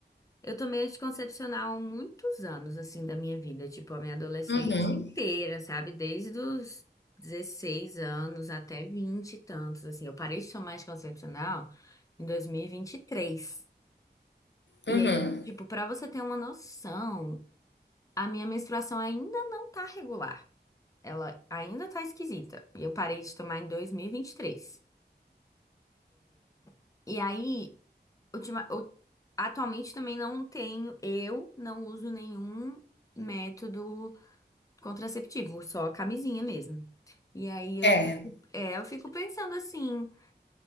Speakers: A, on the left; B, on the left.
A: Eu tomei anticoncepcional há muitos anos, assim, da minha vida, tipo, a minha adolescência
B: Uhum,
A: inteira, sabe? Desde os 16 anos até 20 e tantos, assim. Eu parei de tomar anticoncepcional em dois mil E vinte e E três. E
B: uhum.
A: aí, tipo, pra você ter uma noção, a minha menstruação ainda não tá regular. Ela ainda tá esquisita. E eu parei de tomar em 2023. E vinte e três. E aí, ultima, eu- atualmente também não tenho, eu não uso nenhum método contraceptivo, só a camisinha mesmo. E aí eu,
B: É,
A: é, eu fico pensando assim,